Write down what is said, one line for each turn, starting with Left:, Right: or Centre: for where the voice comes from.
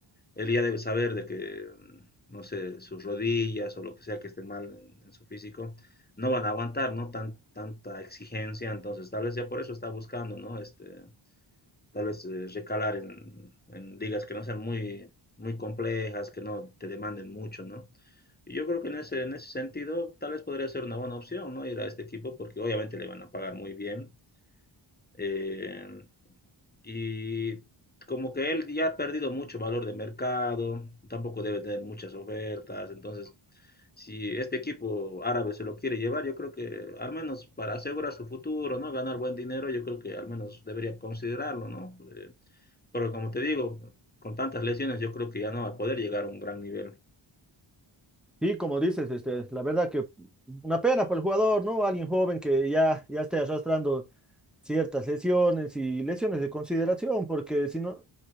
Left: él ya debe saber de que, mm, no sé, sus rodillas o lo que sea que esté mal en, en su físico, no van a aguantar, ¿no? Tan, tanta exigencia, entonces tal vez ya por eso está buscando, ¿no? Este, tal vez eh, recalar en, en ligas que no sean muy, muy complejas, que no te demanden mucho, ¿no? Y yo creo que en ese, en ese sentido tal vez podría ser una buena opción, ¿no? Ir a este equipo porque obviamente le van a pagar muy bien. Eh, y como que él ya ha perdido mucho valor de mercado, tampoco debe tener muchas ofertas. Entonces, si este equipo árabe se lo quiere llevar, yo creo que al menos para asegurar su futuro, ¿no? Ganar buen dinero, yo creo que al menos debería considerarlo, ¿no? Eh, pero como te digo, con tantas lesiones, yo creo que ya no va a poder llegar a un gran nivel.
Centre: Sí, como dices, este, la verdad que una pena para el jugador, ¿no? Alguien joven que ya, ya esté arrastrando ciertas lesiones y lesiones de consideración, porque si no,